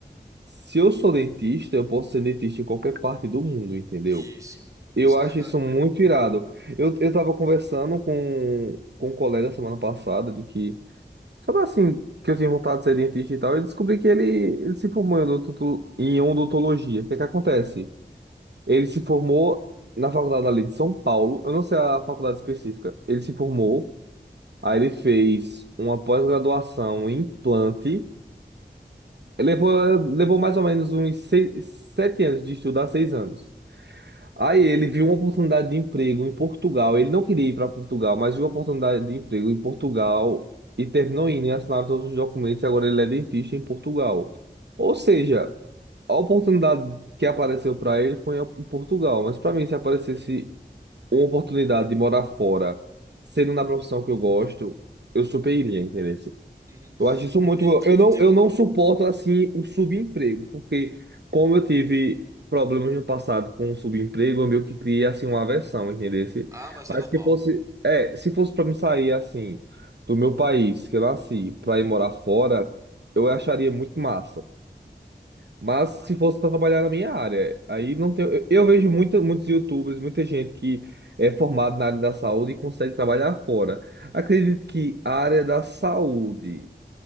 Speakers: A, on the right; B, on the right.
A: se eu sou dentista, eu posso ser dentista em qualquer parte do mundo, entendeu?
B: Isso, isso,
A: Eu acho
B: verdade.
A: isso muito irado. Eu, eu tava conversando com, com um colega semana passada de que, sobre assim, que eu tinha vontade de ser dentista e tal, eu descobri que ele, ele se formou em odonto- em odontologia. O que que acontece? Ele se formou na faculdade ali de São Paulo, eu não sei a faculdade específica. Ele se formou, aí ele fez uma pós-graduação em implante. Levou, levou mais ou menos uns seis, sete anos de estudar, seis anos. Aí ele viu uma oportunidade de emprego em Portugal. Ele não queria ir para Portugal, mas viu uma oportunidade de emprego em Portugal e terminou indo e assinaram todos os documentos. e Agora ele é dentista em Portugal. Ou seja, a oportunidade que apareceu para ele foi em Portugal. Mas para mim, se aparecesse uma oportunidade de morar fora, sendo na profissão que eu gosto, eu super iria, entendeu?
B: Uhum.
A: Eu acho isso
B: E,
A: muito
B: e-
A: bom. Eu
B: e,
A: não,
B: tipo,
A: eu não suporto, assim, o subemprego, porque como eu tive problemas no passado com o subemprego, eu meio que criei, assim, uma aversão, entendeu? Se-
B: ah, mas é
A: Mas
B: normal.
A: se fosse, é, se fosse para me sair, assim, do meu país, que eu nasci, para ir morar fora, eu acharia muito massa. Mas se fosse para trabalhar na minha área, aí não tem... Eu, eu vejo muita, muitos YouTubers, muita gente que é formada na área da saúde e consegue trabalhar fora. Acredito que a área da saúde